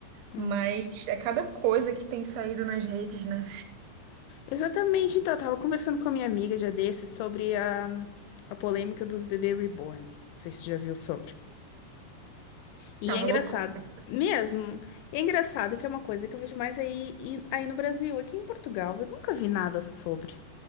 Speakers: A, on the left (about 85°); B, on the right (about 85°).
A: uhum.
B: Mas é cada coisa que tem saído nas redes, né?
A: Exatamente, então, eu tava conversando com a minha amiga dia desses sobre a, a polêmica dos bebês reborn. Não sei se você já viu sobre. E
B: Tá
A: é
B: uma
A: engraçado,
B: loucura.
A: mesmo, e é engraçado que é uma coisa que eu vejo mais aí, e- aí no Brasil. Aqui em Portugal, eu nunca vi nada sobre.